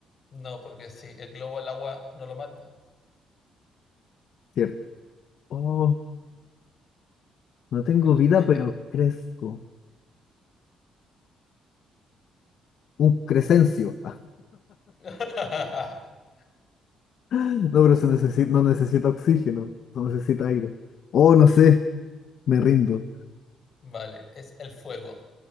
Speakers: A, on the left (about 50°); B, on the left (about 65°).
A: no, porque sí, el globo al agua no lo mata.
B: <laughs> Cierto. Oh, no tengo
A: El-
B: vida,
A: el-
B: pero crezco. Un crecencio.
A: <laughs>
B: No, pero se necesita, no necesita oxígeno, no necesita aire. Oh, no sé, me rindo.
A: Vale, es el fuego,